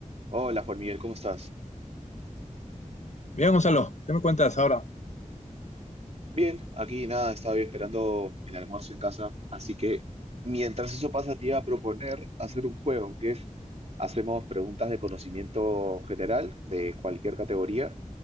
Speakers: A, on the right (about 55°); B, on the left (about 60°).
A: Hola Juan Miguel, ¿cómo estás?
B: Bien, Gonzalo, ¿qué me cuentas ahora?
A: Bien, aquí nada, estaba esperando el almuerzo en casa, así que mientras eso pasa te iba a proponer hacer un juego, que es hacemos preguntas de conocimiento general de cualquier categoría